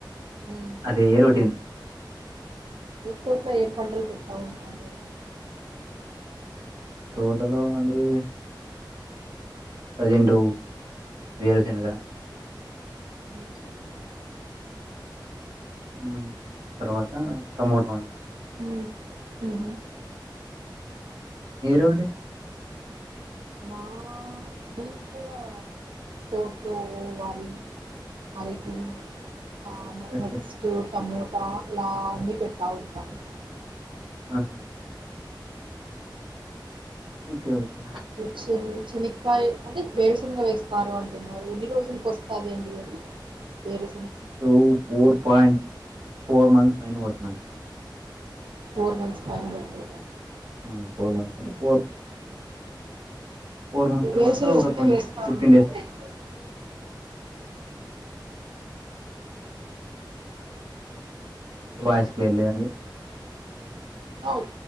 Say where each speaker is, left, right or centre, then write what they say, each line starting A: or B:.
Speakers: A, on the right (about 85°); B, on the right (about 70°).
A: మ్మ్.
B: అదే ఏ రోటీన్
A: గుంటూరు లో ఏం పంటలు పెడతా ఉంటారు
B: తోటలో అనేవి ప్రజెంట్ వేరుశనగ
A: ఆ సరే
B: ఉమ్ తర్వాత టమోటో అని
A: మ్మ్, మ్మ్.
B: మీరు అండీ
A: మా మేము కూడా తోటలో వరి అరటి ఆ, మరి
B: అ
A: నెక్స్ట్ టమోటా ఇలా అన్ని పెట్టా ఉంటాను
B: ఆహా ఓకే ఓకే
A: చి చెనక్కాయ అంటే వేరుసనగా వేస్తారు అంటున్నారు ఎన్ని రోజులకి వస్తదండి అది వేరు
B: two four point four months పైన పడుతుందండి
A: ఫోర్ మంత్స్ పైన పడతాద
B: హా ఫోర్ మంత్స్ అంటే ఫోర్ ఫోర్ మంత్స్ తర్వాత
A: వేరుశనగ
B: ఒక
A: ఒకటే
B: ట్వంటీ
A: వేస్తా
B: ఫిఫ్టీన్
A: ఉంటా
B: డేస్
A: లేకపోతే <inaudible>
B: వాయిస్ క్లియర్ గా లేదండి
A: అవు